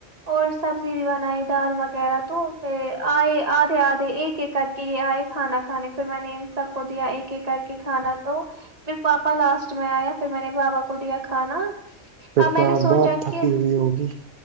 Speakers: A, on the right (about 30°); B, on the right (about 50°).
A: اور سبزی بھی بنائی دال وغیرہ تو پھر آئے آدھے آدھے ایک ایک کر کے یہ آئے کھانا کھانے پھر میں نے ان سب کو دیا ایک ایک کر کے کھانا تو پھر پاپا لاسٹ میں آیا پھر میں نے بابا کو دیا کھانا
B: پھر
A: اب میں
B: تو
A: نے
B: آپ
A: سوچا
B: بہت تھکی
A: کہ
B: ہوئی ہوگی